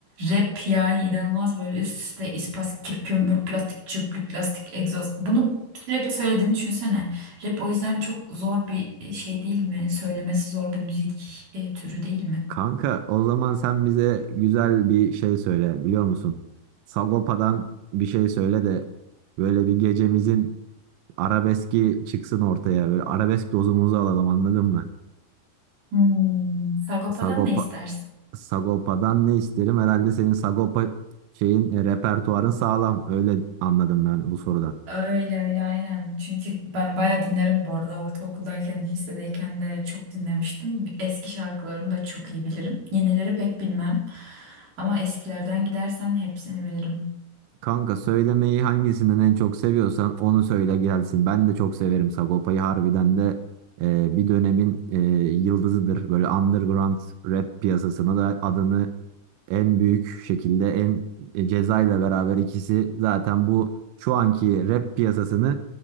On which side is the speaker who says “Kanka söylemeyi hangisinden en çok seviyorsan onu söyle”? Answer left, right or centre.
Right